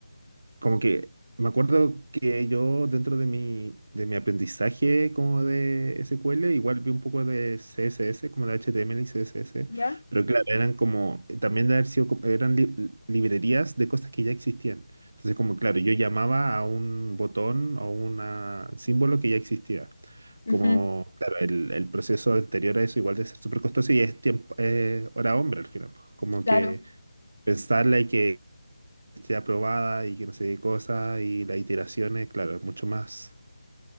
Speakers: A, on the right; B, on the left.
A: como que me acuerdo que yo dentro de mi, de mi aprendizaje como de SQL, igual vi un poco de CSS, como de HTML y CSS,
B: ¿Ya?
A: pero claro, eran como, también de haber sido, como- eran li- librerías de cosas que ya existían. Entonces, como claro, yo llamaba a un botón o un símbolo que ya existía.
B: Ujú,
A: Como, claro, el, el proceso anterior a eso igual de ser súper costoso y es tiempo, eh, hora hombre al final. pues. Como
B: Claro.
A: que pensarla y que esté aprobada y que no sé qué cosa, y las iteraciones, claro, es mucho más